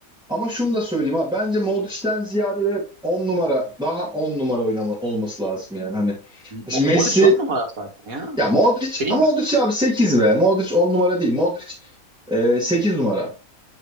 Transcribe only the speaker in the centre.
Ama şunu da söyleyeyim abi. Bence Modric'ten ziyade de 10 numara daha 10 numara oynama, olması lazım yani. Hani şimdi
Messi
ya Modric
ama
Modric abi 8 be. Modric 10 numara değil. Modric e, 8 numara.